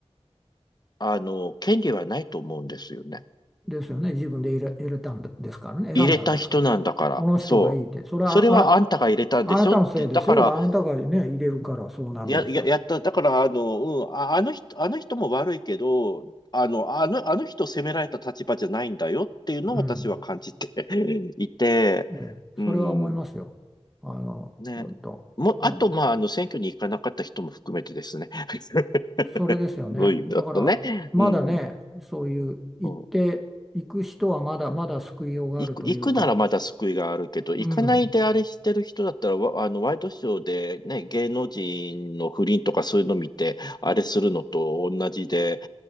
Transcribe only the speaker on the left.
あの、権利はないと思うんですよね。
入れた人なんだから、
そう。
それはあんたが入れたんでしょって、
だから、
や、や、やった。だから、あの、うん、あ、あの人、あの人も悪いけど、あの、あの、あの人を責められた立場じゃないんだよっていうのを私は感じて
<laughs> いて、
うん、
ね。
もあと、
まあ、あの、選挙に行かなかった人も含めてですね。<laughs>
どういう意味だとね。
うん。
うん行く、行くならまだ救いがあるけど、行かないであれしてる人だったら、
わあの、ワイドショーでね、芸能人の不倫とかそういうの見て、あれするのと同じで、